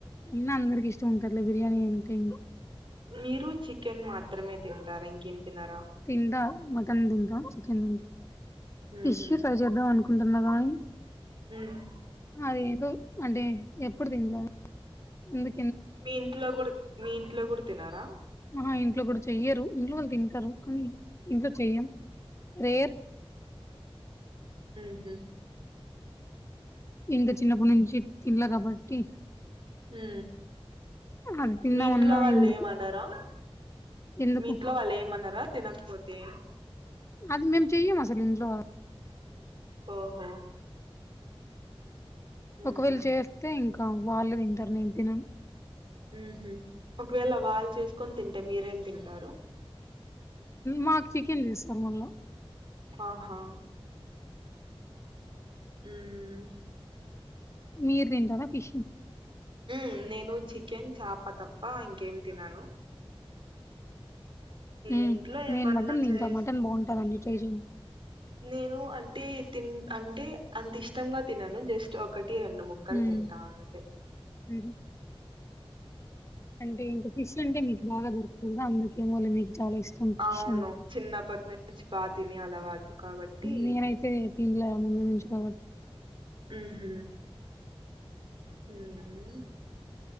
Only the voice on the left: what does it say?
ఇయినా అందరికి ఇష్టం ఉంటది లే బిర్యానీ అంటే
తింటా మటన్ తింటా చికెన్ తింటా
ఫిష్ ట్రై చేద్దాం అనుకుంటున్నా కానీ
అది ఏదో అంటే ఎప్పుడు తింలే అందు
ఆహా ఇంట్లో కూడా చెయ్యరు ఇంట్లో వాళ్ళు తింటారు కానీ ఇంట్లో చెయ్యం రేర్
ఇంకా చిన్నప్పటి నుంచి తిన్లే కాబట్టి
అది తిందామన్నా
ఎందుకు
ఎందుకు
అది మేము చెయ్యం అసలు ఇంట్లో
ఒకవేళ చేస్తే ఇంకా వాళ్ళే తింటారు నేను తినను
మాకు చికెన్ చేస్తారు మళ్ళా
మీరు తింటారా ఫిష్
ఉమ్,
నేను మటన్ తింటా
మటన్ బాగుంటదండి ట్రై చేయండి
ఉమ్,
ఉహు. అంటే ఇంకా ఫిష్ అంటే మీకు బాగా దొరతుంద అందుకేమొలే మిక్ చాలా ఇష్టం ఫీషంట్
నేనైతే దింలే ముందు నుంచి కావట్